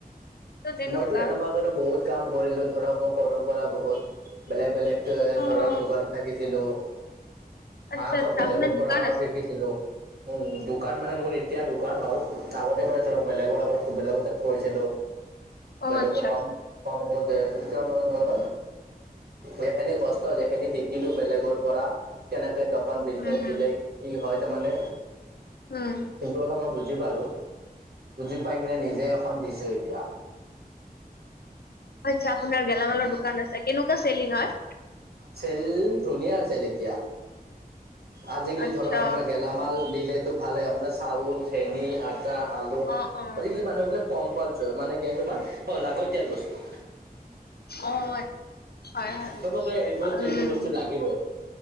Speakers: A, on the left; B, on the right.
A: ত' তেনেকুৱা
B: মইতো এনেকুৱাকেটো বহুত কাম কৰিলো ধৰক, মই সৰুৰ পৰা বহুত। বেলেগ বেলেগ এ
A: অ',
B: ধৰক দোকানত থাকিছিলো। <unintelligible>
A: আচ্ছা আচ্ছা
B: বেলেগৰ
A: আপোনাৰ দোকান
B: পৰা অলপ
A: আছে।
B: শিকিছিলোঁ। উম, দোকান মানে মোৰ এতিয়া দোকান হ'ল, আগতে মানে ধৰক, বেলেগৰ আগত, বেলেগৰ তাত কৰিছিলো।
A: অ',
B: বেলেগে
A: আচ্ছা
B: কম,
A: আচ্ছা।
B: কম কওঁতে, এতিয়া মই মানে এইখিনি কষ্ট, যিখিনি শিকিলো বেলেগৰ পৰা তেনেকে দোকান বিজনেচ
A: উম, হুম,
B: দিলে কি হয় তাৰমানে
A: উম
B: সেইটো কথা মই বুজি পালো বুজি পাই কিনে
A: উম,
B: নিজে এখন দিছো এতিয়া
A: আচ্ছা আপোনাৰ গেলামালৰ দোকান আছে কেনেকুৱা চেলিং হয়
B: চেল ধুনীয়া চেল এতিয়া আজিকালি
A: আচ্ছা
B: ধৰক আপোনাৰ গেলামাল দিলেটো ভালে আপোনাৰ চাউল চেনি আটা আ আলু আজিকালি
A: অ', অ',
B: মানুহৰ এইবিলাক কম্পালচৰ হয় মানে কি তোমাৰ লাগতিয়াল বস্তু
A: অ হয় হয়
B: চবকে এইবোৰ
A: উম
B: এইটো বস্তু লাগিবই